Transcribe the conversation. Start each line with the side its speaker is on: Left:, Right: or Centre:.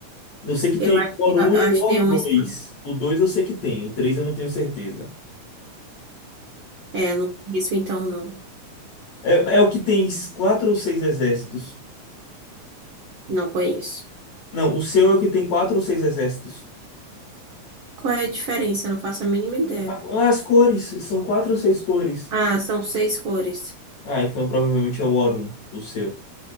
Left: Eu sei que
Right: Eu
Left: tem
Right: acho,
Left: o
Right: que-
Left: War
Right: eu
Left: Um e
Right: acho
Left: o War
Right: que tem
Left: 2.
Right: um. es-
Left: O 2 eu sei que tem, o 3 eu não tenho certeza.
Right: É, eu não conheço, então não.
Left: É, é o que tem quatro ou seis exércitos.
Right: Não conheço.
Left: Não, o seu é o que tem quatro ou seis exércitos.
Right: Qual é a diferença? Eu Não faço a mínima ideia.
Left: Ah, As cores, são quatro ou seis cores.
Right: Ah, são seis cores.
Left: Ah, então provavelmente é o Aurum, o seu.